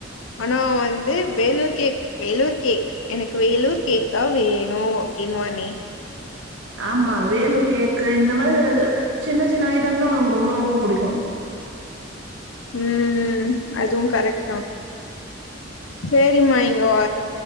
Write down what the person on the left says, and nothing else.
ஆனா வந்து வேலூர் கேக் வேலூர் கேக் எனக்கு வேலூர் கேக்தா வேணு அப்டின்னுவானே
உம் அதுவு கரெக்ட் தா சேரிம்மா இங்க வ